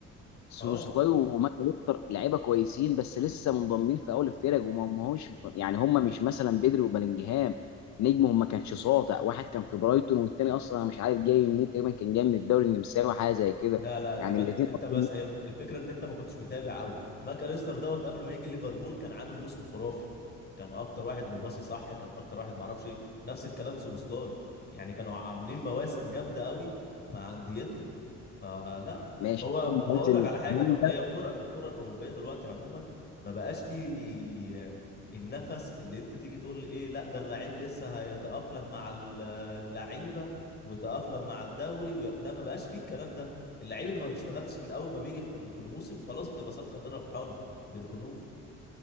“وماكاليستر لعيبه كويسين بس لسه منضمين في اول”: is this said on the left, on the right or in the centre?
Left